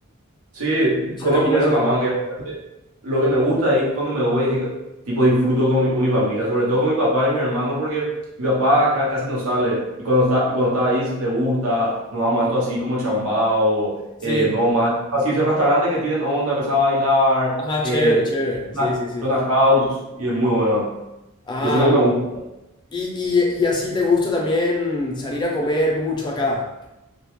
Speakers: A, on the right; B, on the left.
A: Sí,
B: O sea,
A: conozco
B: caminando.
A: muy bien Salamanca. y aparte, Lo que me gusta ahí cuando me voy es que tipo disfruto con mi, con mi familia, sobre todo con mi papá y mi hermano, porque mi papá acá casi no sale. Y cuando está, y cuando está ahí le gusta, nos vamos a esto así como chambao,
B: Sí.
A: eh, no más. Así esos restaurantes que tienen onda, empezar a bailar,
B: Ajá,
A: eh,
B: chévere, chévere.
A: suena,
B: Sí, sí, sí.
A: suena house y es muy bueno.
B: Ah,
A: Y eso es lo que me gusta.
B: y, y, y así te gusta también salir a comer mucho acá.